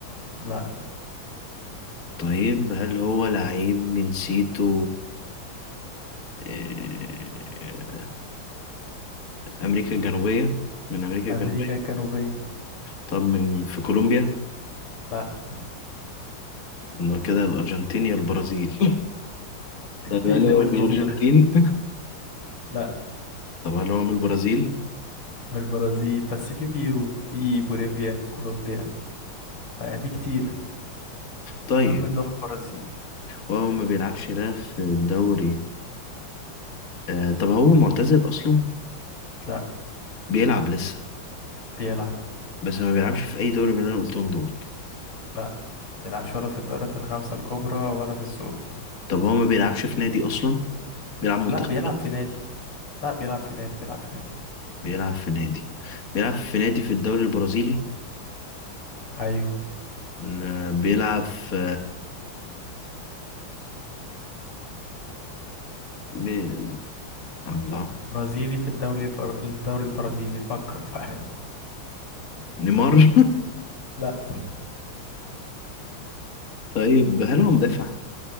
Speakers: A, on the left; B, on the left.
A: لا
B: طيب هل هو لعيب جنسيته آه، أمريكا الجنوبية من أمريكا الجنوبية
A: امريكا الجنوبية
B: طب من في كولومبيا
A: لا
B: إنه كده الأرجنتين يا البرازيل <laughs> طب
A: في
B: هل
A: دول
B: هو من
A: كتير
B: الأرجنتين
A: لا
B: <laughs> طب هل هو من البرازيل
A: من البرازيل بس في بيرو في بوليفيا كولومبيا ففي كتير
B: طيب
A: المهم ان هو البرازيل
B: وهو ما بيلعبش لا في الدوري آه، طب هو معتزل أصلا
A: لا
B: بيلعب لسه
A: بيلعب
B: بس ما بيلعبش في أي دوري من اللي أنا قلتهم دول
A: لا بيلعبش ولا في الدوريات الخمسة الكبرى ولا في السعودي
B: طب هو ما بيلعبش في نادي أصلا بيلعب منتخب
A: لا بيلعب
B: بس
A: في نادي لا بيلعب في نادي بيلعب في نادي
B: بيلعب في نادي بيلعب في نادي في الدوري البرازيلي
A: ايوه
B: ن- بيلعب في بي... الله
A: برازيلي في الدوري الفر... الدوري البرازيلي فكر فاهم
B: نيمار <laughs>
A: لا <laughs>
B: طيب هل هو مدافع